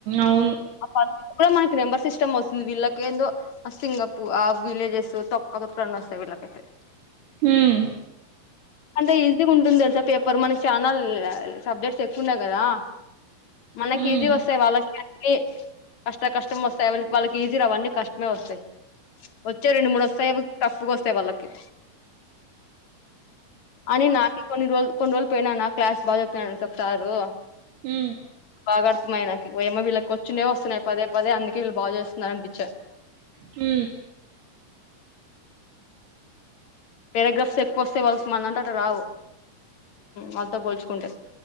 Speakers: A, on the right (about 75°); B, on the left (about 50°).
A: అవును
B: ఆ పజిల్స్ కూడా మనకి నెంబర్ సిస్టమ్ వస్తుంది వీళ్లకెందొ ఆ సింగపూ ఆ విలేజెస్ తొక్క తొక్క రన్న వస్తాయి వీళ్ళకైతే
A: హుమ్మ్
B: అంటే ఈజీగా ఉంటుంది తెలుసా పేపర్ మనకి ఛానల్ సబ్జెక్ట్స్ ఎక్కువ ఉన్నాయి కదా మనకి
A: మ్మ్
B: ఏజీ వస్తాయి వాళ్ళకి కష్ట కష్టం వస్తాయి వా వాళ్ళకి ఈజీ రావన్నీ కష్టమే వస్తాయి వచ్చే రెండు మూడు వస్తాయి టఫ్గా వస్తాయి వాళ్ళకి అని నాక కొన్ని రోజులు కొన్ని రోజులు పోయినానా క్లాస్ బాగా చెప్తుా చెప్తారు
A: హ
B: బాగర్తమయ నాకు ఏమో వీళ్ళకి కూర్చునేే వస్తున్నాయి పదే పద అందుకే వీళ్ు బాగా చేస్తున్నారనిపించారు
A: హ
B: పారాగ్రాఫ్స్ ఎక్కువ వస్తే వాళ్ళస మన అంటటటు రావు మళ్ళతో పోల్చుకుంటే